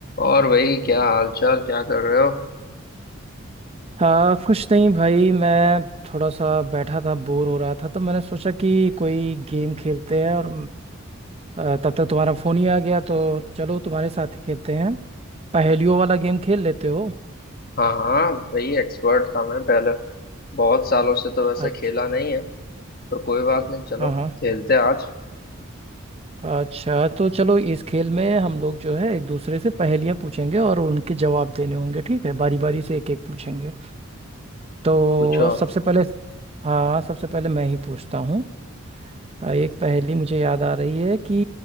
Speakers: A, on the left; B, on the right.
A: और भाई क्या हाल चाल क्या कर रहे हो
B: हाँ कुछ नहीं भाई मैं थोड़ा सा बैठा था बोर हो रहा था तो मैंने सोचा कि कोई गेम खेलते हैं और अ, तब तक तुम्हारा फोन ही आ गया तो चलो तुम्हारे साथ ही खेलते हैं पहेलियों वाला गेम खेल लेते हो
A: हाँ हाँ भाई एक्सपर्ट था मैं पहले बहुत सालों से तो वैसे
B: अच्छा
A: खेला नहीं है पर कोई बात नहीं चलो
B: हाँ हाँ
A: खेलते हैं आज
B: अच्छा तो चलो इस खेल में हम लोग जो है एक दूसरे से पहेलियां पूछेंगे और उनके जवाब देने होंगे ठीक है बारी बारी से एक एक पूछेंगे तो
A: पूछो आप
B: सबसे पहले हाँ सबसे पहले मैं ही पूछता हूँ अ, एक पहेली मुझे याद आ रही है कि